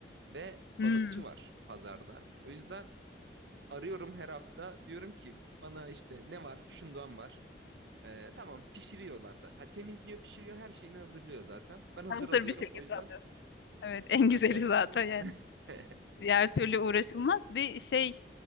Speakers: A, on the right; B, on the left.
A: ve balıkçı
B: Hmm.
A: var pazarda. O yüzden arıyorum her hafta. Diyorum ki bana işte ne var? Şundan var. Ee, tamam pişiriyorlar da. Ha, temizliyor, pişiriyor, her şeyini hazırlıyor zaten. Ben hazır
B: Hazır
A: alıyorum.
B: bir şekilde
A: O yüzden
B: alıyorsun. Evet <laughs> en güzeli
A: acayip
B: zaten
A: güzel oluyor.
B: yani.
A: <laughs>
B: Diğer türlü uğraşılmaz. Bir şey